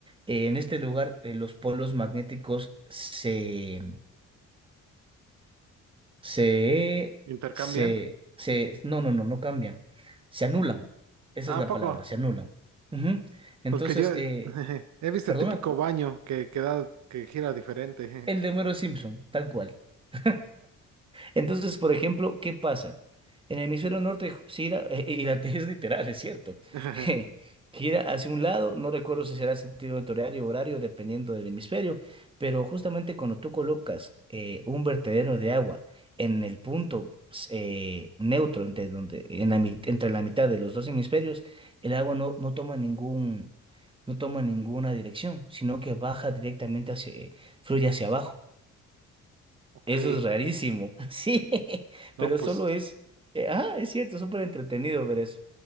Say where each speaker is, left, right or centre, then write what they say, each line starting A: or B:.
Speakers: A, on the right (about 15°); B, on the right (about 65°).
A: eh, en este lugar eh, los polos magnéticos se, se,
B: ¿Intercambian?
A: se,
B: Sí.
A: se, no, no, no, no cambian, se anulan. Esa
B: Ah,
A: es la
B: ¿a poco?
A: palabra, se anulan. Ujú. Entonces,
B: Porque yo
A: eh,
B: <laughs> he visto
A: perdona.
B: el típico baño que, que da, que gira diferente.
A: El de Homero Simpson, tal cual. <laughs> Entonces, por ejemplo, ¿qué pasa? En el hemisferio norte gira, <laughs> eh, y la T es literal, es cierto,
B: <laughs>
A: <laughs> gira hacia un lado, no recuerdo si será sentido horario o horario, dependiendo del hemisferio, pero justamente cuando tú colocas eh, un vertedero de agua en el punto eh, neutro, entre, donde, en la, mit- entre la mitad de los dos hemisferios, el agua no, no toma ningún, no toma ninguna dirección, sino que baja directamente fluye hacia abajo.
B: Ok,
A: Eso es rarísimo. <laughs> Sí,
B: no,
A: pero
B: pues.
A: solo es, eh, ah, es cierto, súper entretenido ver eso.